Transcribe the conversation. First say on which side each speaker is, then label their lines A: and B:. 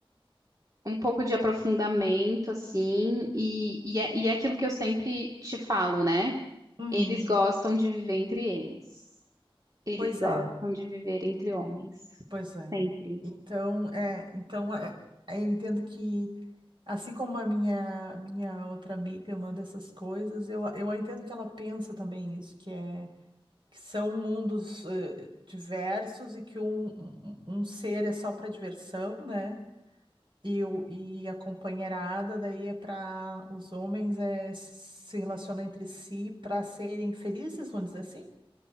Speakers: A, on the right; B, on the right.
A: um pouco de aprofundamento, assim. E, e, é, e é aquilo que eu sempre te falo, né?
B: Uhum.
A: Eles gostam de viver entre eles. Eles
B: Pois
A: gostam
B: é,
A: de viver entre homens.
B: pois é.
A: Sempre.
B: Então, é, então é, é, eu entendo que, assim como a minha, minha outra amiga manda essas coisas, eu, eu entendo que ela pensa também isso, que é que são mundos eh, diversos e que um, um, um um ser é só para diversão, né? E, o, e a companheirada daí é para os homens é se relacionar entre si para serem felizes, vamos dizer assim?